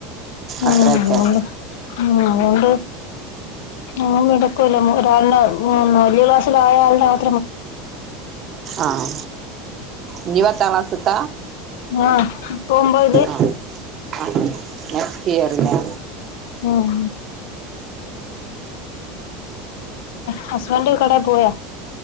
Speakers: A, on the left (about 75°); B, on the right (about 30°).
A: ആഹ്
B: അത്രയൊക്കെ
A: പോണ്ട് ആഹ് പോണ്ട്. മോൻ കെടക്കൂല രാവിലേ മോൻ വലിയ ക്ലാസ്സിലായകാരണേ.
B: ആഹ് ഇനി പത്താക്ലാസുക്ക
A: ആഹ് ഇപ്പം ഒമ്പതില്
B: ആഹ് ആഹ് നെക്സ്റ്റ് ഇയറിലാ
A: ഉം ഹസ്ബൻഡ് കടേ പോയോ?